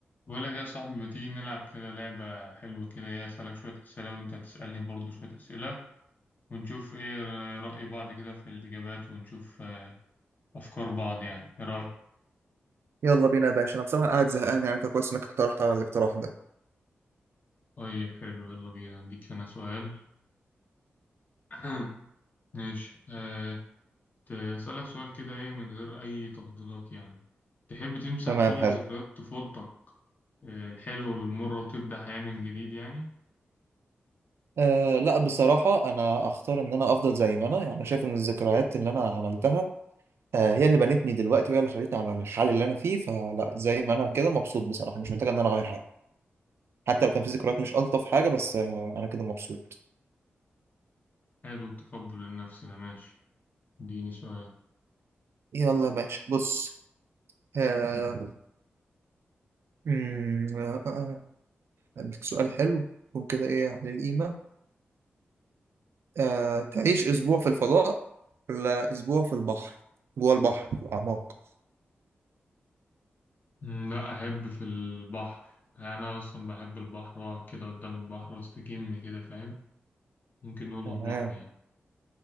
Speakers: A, on the left; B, on the right.
A: بقول لك يا صاحبي ما تيجي نلعب كده لعبة حلوة كده ايه أسألك شوية أسئلة وأنت تسألني برضو شوية أسئلة ونشوف إيه رأي بعض كده في الإجابات ونشوف آه، أفكار بعض يعني إيه رأيك؟
B: يلا بينا يا باشا انا بصراحه قاعد زهقان يعني فكويس انك اقترحت على الاقتراح ده
A: طيب حلو يلا بينا أديك أنا سؤال <clears throat> ماشي أه ت- أسألك سؤال كده إيه من غير أي تفضيلات يعني تحب تمسح
B: تمام
A: كل
B: حلو
A: ذكريات طفولتك آه، الحلوة والمرة وتبدأ حياة من جديد يعني
B: أه لا بصراحة أنا أختار إن أنا أفضل زي ما أنا يعني شايف إن الذكريات اللي أنا عملتها أه هي اللي بنتني دلوقتي وهي اللي خلتني على الحال اللي أنا فيه فلا زي ما أنا كده مبسوط بصراحة مش محتاج إن أنا أغير حاجة حتى لو كان في ذكريات مش ألطف حاجة بس أه أنا كده مبسوط
A: حلو التقبل النفس ده ماشي اديني سؤال
B: يلا يا باشا بص آه، أمم، آه، آه، آه، عندك سؤال حلو يكون كده ايه على القيمه آه، تعيش أسبوع في الفضاء ولا أسبوع في البحر جوه البحر في الأعماق
A: مم، لا أحب في البحر يعني أنا أصلا بحب البحر وأقعد كده قدام البحر وأستجم كده فاهم ممكن نقول
B: تمام
A: البحر يعني